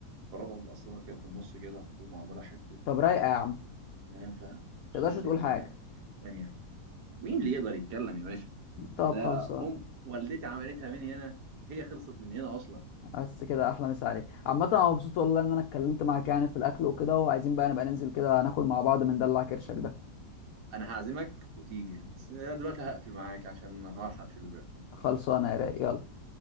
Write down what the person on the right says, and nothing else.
فراولة متقصرة كده في النص كده ومعمولة حتة
كانت
حتة
كنافة أقسم
بالله
حتة تانية مين اللي يقدر يتكلم يا باشا
ده
أم والدتي عملتها من هنا هي خلصت من هنا أصلا
أنا هعزمك وتيجي بس أنا دلوقتي هقفل معاك عشان هلحق في البيت